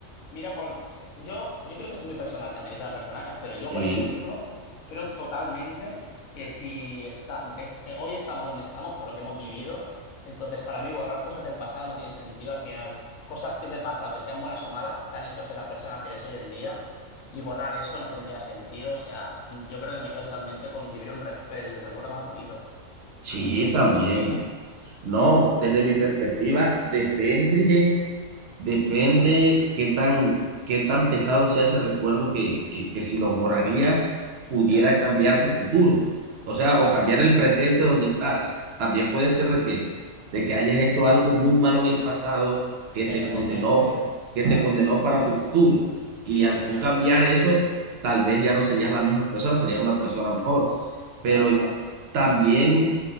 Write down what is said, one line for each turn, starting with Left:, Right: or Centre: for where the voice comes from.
Left: mira, por. Yo, yo creo que esto es muy personal también, depende de la persona, pero yo,
Right: Sí,
Left: por ejemplo, creo totalmente que si está, es- eh, hoy estamos donde estamos, por lo que hemos vivido, entonces para mí borrar cosas del pasado no tiene sentido al final. Cosas que del pasado, que sean buenas o malas, te han hecho ser la persona que eres hoy en día, y borrar eso no tendría sentido. O sea, yo creo que me quedo totalmente con vivir un rec- el recuerdo más bonito.
Right: sí,
Left: No sé, ¿tú
Right: también.
Left: qué opinas?
Right: No, desde mi perspectiva, depende Depende
Left: Ajá.
Right: qué tan, qué tan pesado sea ese recuerdo que, que, que si lo borrarías pudiera
Left: Ya,
Right: cambiar tu futuro. O sea,
Left: claro.
Right: o cambiar el presente donde estás. También puede ser de que, de que hayas hecho algo muy malo en el pasado que
Left: Ya
Right: te
Left: está
Right: condenó,
Left: Tormente,
Right: que
Left: claro.
Right: te condenó para tu futuro. Y
Left: También,
Right: al tú cambiar
Left: es ¿verdad?
Right: eso, tal vez ya no serías la misma persona, serías una persona mejor.
Left: Claro,
Right: Pero
Left: claro.
Right: también,